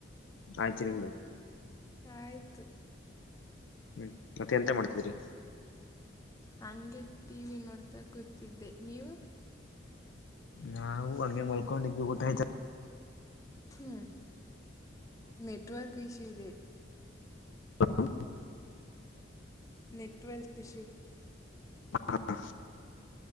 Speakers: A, on the left (about 80°); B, on the left (about 15°).
A: ಆಯ್ತು ನಿಮ್ದು
B: ಆಯ್ತು
A: ಹ್ಮ್ ಮತ್ತೆ ಎಂತ ಮಾಡ್ತಿದ್ರೀ
B: ಹಂಗೆ ಟಿವಿ ನೋಡ್ತಾ ಕೂತಿದ್ದೆ ನೀವು
A: ನಾವು ಅಂಗೆ ಮಲ್ಕೊಂಡಿದ್ವಿ ಊಟ ಆಯ್ತ
B: ಹ್ಮ್ ನೆಟ್ವರ್ಕ್ ಇಶ್ಯೂ ಇದೆ
A: <inaudible>
B: ನೆಟ್ವರ್ಕ್ ಇಶ್ಯು
A: ಹಾ